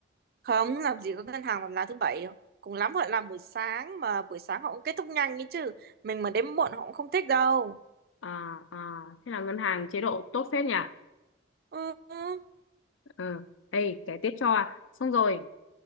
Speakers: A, on the right; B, on the left.
A: Không, làm gì có ngân hàng làm lá thứ bảy đâu. Cùng lắm họ làm buổi sáng mà buổi sáng họ cũng kết thúc nhanh ấy chứ. Mình mà đến muộn họ cũng không thích đâu.
B: à, à thế là ngân hàng chế độ tốt phết nhỉ
A: Ừ. ừ.
B: ờ đây kể tiếp cho à xong rồi